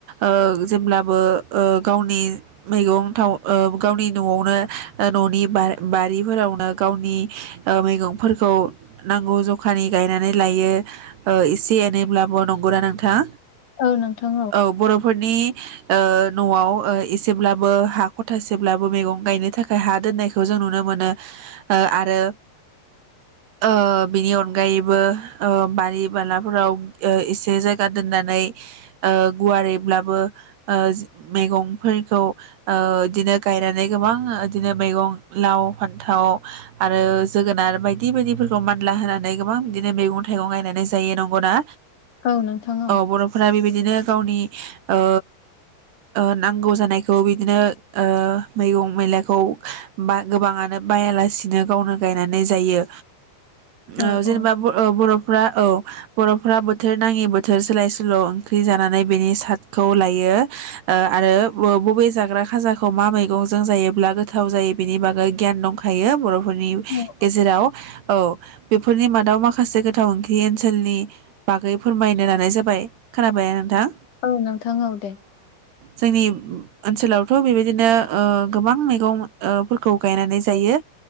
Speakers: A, on the right (about 70°); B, on the left (about 55°).
A: ओ जेब्ला बो ओ गावनि मैगं थाव ओ गावनि न'आवनो ओ न'नि बारिफोरावनो गावनि ओ मैगंफोरखौ नांगौ जखानि गायनानै लायो ओ एसे एनैब्लाबो नंगुरा नोंथाङा।
B: औ नोंथां
A: औ बर'फोरनि <inaudible> ओ न'आव ओ एसेब्लाबो हा खथासेब्लाबो मैगं गायनो थाखाय हा दोननायखौ जों नुनो मोनो। ओ आरो ओ बिनि अनगायैबो ओ बारि बालाफोराव ओ एसे ओ जायगा दोननानै ओ गुवारैब्लाबो। ओ मैगंफोरखौ ओ बिदिनो गायनानै गोबां बिदिनो मैगं लाव फान्थाव आरो जोगोनार बायदि बायदिफोरखौ मानला होनानै गोबां बिदिनो मैगं थाइगं गायनानै जायो नंगौना।
B: औ नोंथां औ
A: अ बर'फोरा बेबायदि दिनो गावनि ओ ओ नांगौ जानायखौ बिदिनो ओ- मैगं मैलाखौ बा-गोबाङानो बायालासिनो गावनो गायनानै जायो।
B: औ
A: ओ-जेनेबा
B: औ नोंथां औ
A: ब-बरफ्रा औ। बरफ्रा बोथोर नाङि बोथोर सोलाय सोल ओंख्रि जानानै बेनि सादखौ लायो। <unintelligible> आरो ब-बबे जाग्रा खाजाखौ मा मैगंजों जायोब्ला गोथाव जायो बेनि बागै गियान दंखायो बर। फोरनि
B: औ
A: गेजेराव। औ बेफोरनि मादाव माखासे गोथाव ओंख्रि ओनसोलनि बागै फोरमायनो लानाय जाबाय खोनाबाय ना नोंथां।
B: औ नोंथां औ। दे।
A: जोंनि ओनसोलावथ बेबायदिनो ओ-गोबां मैगं ओ-फोरखौ गायनानै जायो